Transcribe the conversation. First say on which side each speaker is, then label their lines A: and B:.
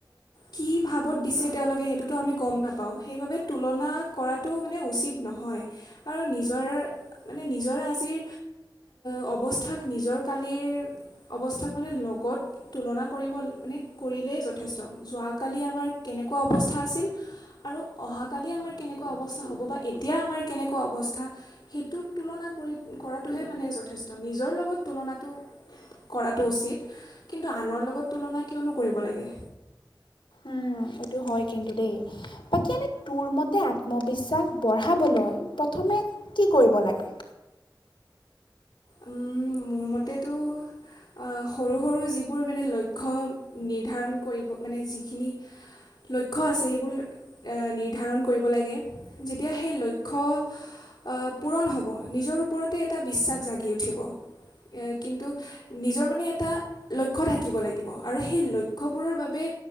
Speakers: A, on the left; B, on the left.
A: কি ভাৱত দিছে তেওঁলোকে সেইটোতো আমি গম নাপাওঁ, সেইবাবে তুলনা কৰাটো মানে উচিত নহয় আৰু <unintelligible> মানে নিজৰ আজিৰ অ', অৱস্থাক নিজৰ কালিৰ অৱস্থাক মানে লগত তুলনা কৰিব মানে কৰিলে <unintelligible> যথেষ্ট, যোৱাকালি আমাৰ কেনেকুৱা অৱস্থা আছিল আৰু অহাকালি আমাৰ কেনেকুৱা অৱ <unintelligible> হ'ব বা এতিয়া আমাৰ কেনেকুৱা অৱস্থা, সেইটোৰ তুলনা কৰি কৰাটোহে মানে যথেষ্ট তো নিজৰ লগত তুলনাটো কৰাটো উচিত। কিন্তু আনৰ লগত তুলনা কিয়নো কৰিব লাগে।
B: উম। এইটো হয় কিন্তু দেই। বাকী এনে তোৰ মতে আত্মবিশ্বাস বঢ়াবলৈ প্ৰথমে কি কৰিব লাগে?
A: উম, মোৰ মতেটো আহ, সৰু সৰু যিবোৰ মানে লক্ষ্য নিৰ্ধাৰণ কৰিব, মানে যিখিনি লক্ষ্য আছে, সেইবোৰ নিৰ্ধাৰণ কৰিব লাগে, যেতিয়া সেই লক্ষ্য আহ পূৰণ হ'ব, নিজৰ ওপৰতে এটা বিশ্বাস জাগি উঠিব। কিন্তু, নিজৰ মানে এটা লক্ষ্য থাকিব লাগিব আৰু সেই লক্ষ্যবোৰৰ বাবে